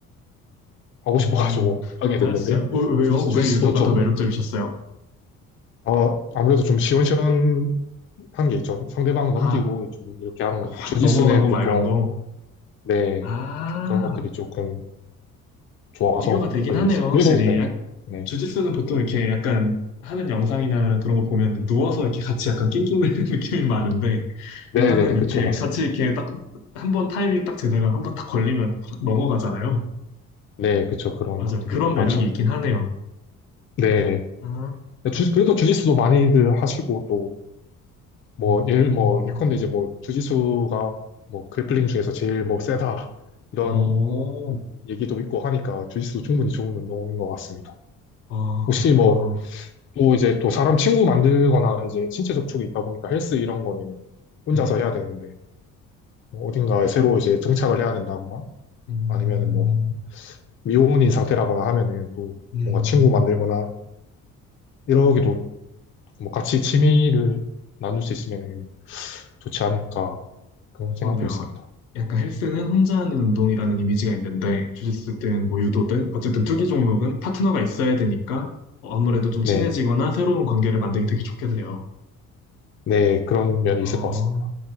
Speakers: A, on the left; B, on the left.
A: 하고
B: 음,
A: 싶어가지고 하게
B: 아,
A: 됐는데
B: 진짜? 어, 왜요?
A: 주짓-
B: 왜
A: 주짓수도
B: 유도가
A: 좀
B: 더 매력적이셨어요?
A: 어, 아무래도 좀 시원시원한 게 있죠. 상대방
B: 아,
A: 넘기고 좀 이렇게 하는 거니까
B: 팍
A: 주짓수는
B: 넘어가고
A: 보통
B: 막 이런 거.
A: 네
B: 아,
A: 그런 것들이 조금 좋아서
B: 비교가 되긴
A: 하게
B: 하네요,
A: 됐어요.
B: 확실히.
A: 그래도 네, 네,
B: 주짓수는 보통 이렇게 약간 하는 영상이나 그런 거 보면 누워서 이렇게 같이 약간 낑낑대는 <laughs> 느낌이 많은데
A: 네,
B: 유도는
A: 네, 그쵸,
B: 이렇게
A: 맞습니다.
B: 같이 이렇게 딱 한번 타이밍 딱 제대로 한 번 딱 걸리면 확 넘어가잖아요.
A: 네, 그쵸, 그런
B: 맞아.
A: 것들이
B: 그런 매력이
A: 많죠.
B: 있긴 하네요.
A: 네,
B: 아,
A: 주- 그래도 주짓수도 많이들 하시고 또 뭐
B: 음,
A: 예를
B: 음,
A: 뭐 예컨대 이제 뭐 주짓수가 뭐 그래플링 중에서 제일 뭐 세다 이런
B: 어,
A: 얘기도 있고 하니까 주짓수도 충분히 좋은 운동인 것 같습니다.
B: 아,
A: 혹시 뭐,
B: 아,
A: 또 이제 또 사람 친구 만들거나 이제 신체 접촉이 있다 보니까 헬스 이런 거는
B: 네.
A: 혼자서 해야 되는데, 뭐 어딘가에 새로 이제 정착을 해야 된다거나,
B: 음,
A: 아니면은 뭐, 미혼인 상태라거나 하면은 또
B: 음.
A: 뭔가 친구 만들거나, 이러기도 뭐 같이 취미를 나눌 수 있으면은 좋지 않을까, 그런 생각도
B: 그러네요.
A: 있습니다.
B: 약간 헬스는 혼자 하는 운동이라는 이미지가 있는데, 주짓수든 뭐 유도든, 어쨌든 투기 종목은 파트너가 있어야 되니까, 어, 아무래도 좀 친해지거나
A: 네.
B: 새로운 관계를 만들기 되게 좋겠네요.
A: 네, 그런 면이
B: 어,
A: 있을 것 같습니다.